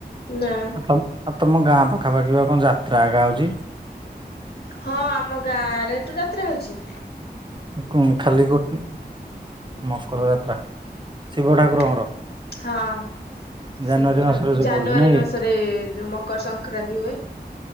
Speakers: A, on the left; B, on the right.
A: ନା।
B: ତମ ଆଉ ତମ ଗାଁ ପାଖାପାଖି ପା କଣ ଯାତ୍ରା କା ହେଉଛି?
A: ହଁ ଆମ ଗାଁରେ ତ ଯାତ୍ରା ହେଉଛି।
B: କଣ ଖାଲି ଗୋଟେ ମକର ଯାତ୍ରା ଶିବ ଠାକୁରଙ୍କର
A: ହୁଁ ହଁ।
B: ଜାନୁଆରୀ
A: ଶିବ
B: ମାସରେ
A: ଠାକୁର,
B: ଯୋଉ
A: ଜାନୁଆରୀ
B: ପଡୁଛି ନାଇଁ
A: ମାସରେ
B: କି
A: ଯେଉଁ ମକର ସଂକ୍ରାନ୍ତି ହୁଏ।